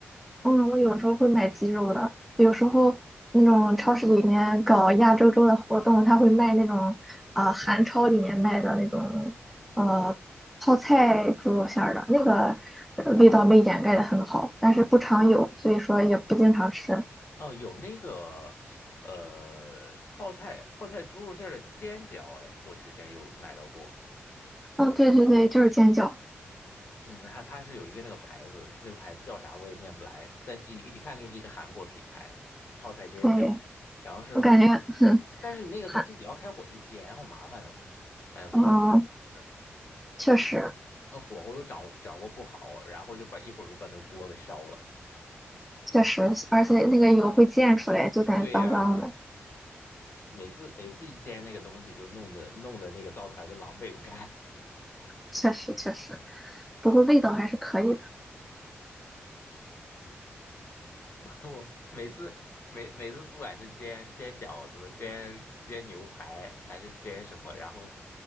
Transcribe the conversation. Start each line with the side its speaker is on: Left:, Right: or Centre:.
Centre: 嗯，我有时候会买鸡肉的，有时候那种超市里面搞亚洲周的活动，他会卖那种啊，韩超里面卖的那种呃泡菜猪肉馅儿的，那个呃味道被掩盖的很好，但是不常有，所以说也不经常吃。
Left: 哦，有那个呃泡菜泡菜猪肉馅儿的煎饺，哎，我之前有买到过。
Centre: 嗯，对对对，就是煎饺。
Left: 嗯，它它是有一个那个牌子，那个牌子叫啥我也念不来，但是一一看就是一个韩国品牌，泡菜煎饺。
Centre: 对，
Left: 然后是，
Centre: 我感觉
Left: 但是你那个自己要开火去煎，
Centre: 韩，
Left: 好麻烦哦，还要放油的，
Centre: 嗯，确实
Left: 那火候又掌握掌握不好，然后就把一会儿就把那个锅给烧了。
Centre: 确实，而且那个油会溅出来，就感觉脏脏的，
Left: 对呀，每次每次一煎那个东西，都弄得弄得那个灶台都狼狈不堪。
Centre: 确实确实，不过味道还是可以的。
Left: <laughs> 我每次每每次不管是煎煎饺子、煎煎牛排还是煎什么，然后